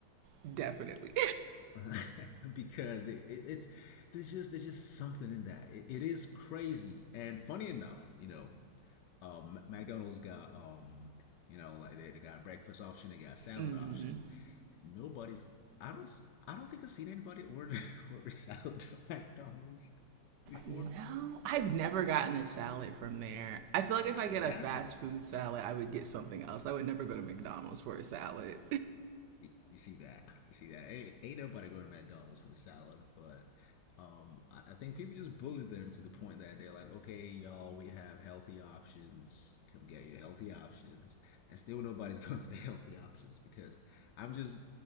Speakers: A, on the right (about 75°); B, on the left (about 75°).
A: <laughs> Definitely.
B: <laughs> because it, it, it's there's just there's just something in that. It, it is crazy and funny enough, you know. Um, McDonald's got um, you know, like they, they got breakfast option, they got salad
A: <laughs> mm.
B: option. Nobody's I don't I don't think I've seen anybody order <laughs> order salad from <laughs> McDonald's before.
A: No, I've never gotten a salad from there. I feel like if
B: Exactly.
A: I get a fast food salad, I would get something else. I would never go to McDonald's for a salad.
B: You see that. You see that. Ain't, ain't nobody go to McDonald's for a salad, but um, I, I think people just bully them to the point that they're like, okay, y'all, we have healthy options. Come get your healthy options. And still nobody's <laughs> going for the healthy options because I'm just